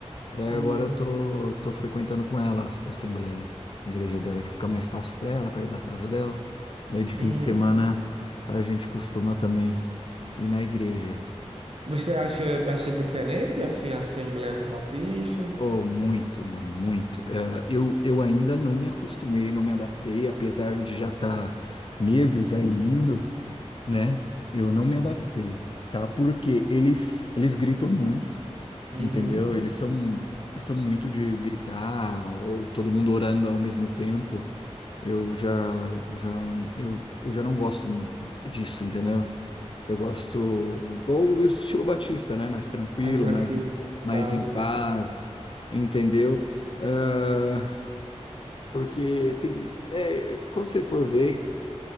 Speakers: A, on the left; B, on the right.
A: daí agora
B: Hum,
A: eu tô, tô frequentando com ela a Assembleia, a igreja dela, que fica mais fácil para ela, perto da casa dela. Daí de fim
B: uhum.
A: de semana a gente costuma também ir na igreja.
B: Você acha bastante diferente, assim, a Assembleia da Batista?
A: Oh, muito, mano, muito. Eh, eu, eu ainda não me acostumei, não me adaptei, apesar de já estar meses aí indo, né? Eu não me adaptei,
B: Hum,
A: tá? Porque eles, eles gritam muito,
B: Uhum.
A: entendeu? Eles são, são muito de gritar, ou todo mundo orando ao mesmo tempo. Eu já, já, eu, eu já não gosto disso, entendeu? Eu gosto, ou o estilo
B: Hum,
A: Batista, né? Mais tranquilo,
B: Mais tranquilo
A: mais,
B: e tal.
A: mais em paz, entendeu? Ah, porque tem, é, quando você for ver,